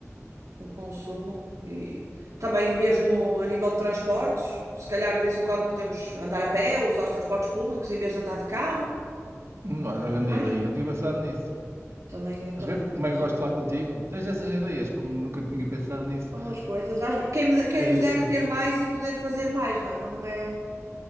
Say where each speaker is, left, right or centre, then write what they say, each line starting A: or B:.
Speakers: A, on the right (about 70°); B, on the right (about 50°).
A: o consumo e também mesmo a nível de transportes, se calhar de vez em quando podemos andar a pé usar os transportes públicos em vez de andar de carro
B: Hum, Olha,
A: e
B: grande
A: mais.
B: ideia, não tinha pensado nisso.
A: Também,
B: Estás
A: também
B: a ver porque
A: podemos
B: como é que eu gosto
A: optar
B: de lá contigo?
A: por
B: Tens essas ideias, como nunca tinha pensado nisso.
A: umas coisas. Às ve- Quem, me- de- quem
B: É
A: nos
B: isso,
A: dera ter mais e poder fazer mais, não é? Mas não é,